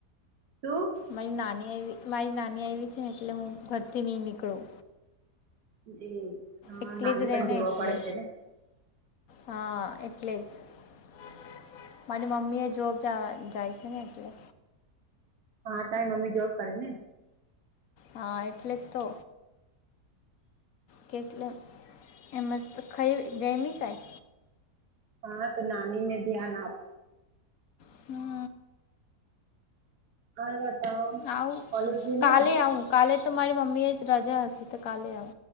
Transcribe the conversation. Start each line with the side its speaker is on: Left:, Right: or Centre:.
Right: શું
Left: મારી નાની આવી મારી નાની આવી છે ને એટલે હું ઘરથી નહી નીકળું.
Right: એ હા
Left: એકલી
Right: નાની
Left: જ રહે
Right: પણ
Left: ને
Right: જોવા
Left: એટલે
Right: પડે છે ને
Left: હા એટલે જ મારી મમ્મી એ જોબ જાય છે ને એટલે
Right: હા તારી મમ્મી જોબ કરે ને
Left: હા એટલે જ તો કેટલે એ મસ્ત ખાઈ ગઈમી કાઈ
Right: હા તો નની મેં ધ્યાન આપ
Left: હા.
Right: હરે બતા
Left: આવું
Right: કોલેજ ગેલી
Left: કાલે
Right: આજે.
Left: આવું કાલે તો મારી મમ્મી જ રજા હશે તો કાલે આવ.